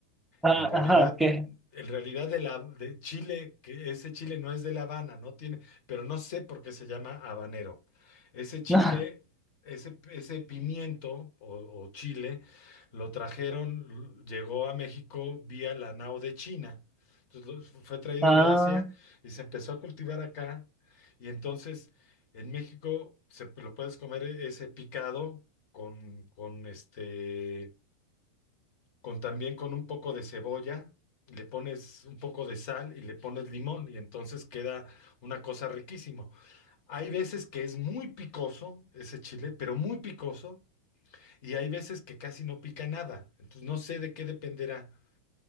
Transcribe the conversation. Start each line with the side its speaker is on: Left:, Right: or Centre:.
Centre: ah,
Left: en realidad,
Centre: ajá, ¿qué?
Left: en realidad de la de Chile, que ese Chile no es de La Habana, no tiene, pero no sé por qué se llama habanero. Ese chile,
Centre: No,
Left: ese, ese pimiento o, o chile, lo trajeron, llegó a México vía la nao de China. Entonces lo- fue traído
Centre: ah,
Left: de Asia y se empezó a cultivar acá. Y entonces en México se lo puedes comer ese picado con, con este con también con un poco de cebolla, le pones un poco de sal y le pones limón y entonces queda una cosa riquísimo. Hay veces que es muy picoso ese chile, pero muy picoso, y hay veces que casi no pica nada. Entonces no sé de qué dependerá,